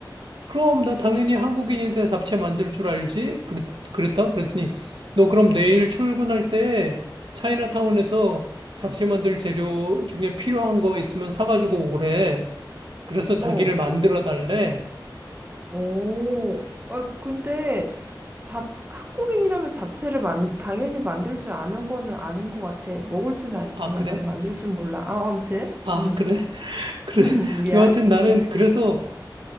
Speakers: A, on the right (about 85°); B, on the right (about 25°).
A: 그럼 나 당연히 한국인인데 잡채 만들 줄 알지? 그랬, 그랬다? 그랬더니, 너 그럼 내일 출근할 때 차이나타운에서 잡채 만들 재료 중에 필요한 거 있으면 사가지고 오래. 그래서 자기를
B: 어,
A: 만들어 달래.
B: 어. 아, 근데, 잡, 한국인이라면 잡채를 만, 당연히 만들 줄 아는 거는 아닌 것 같아. 먹을 줄 알지만
A: 아, 그래?
B: 난 만들 줄 몰라. 아, 아무튼.
A: 아,
B: 음,
A: 그래? <laughs> 그래.
B: 음, <laughs> 미안.
A: 여하튼
B: 음,
A: 나는 그래서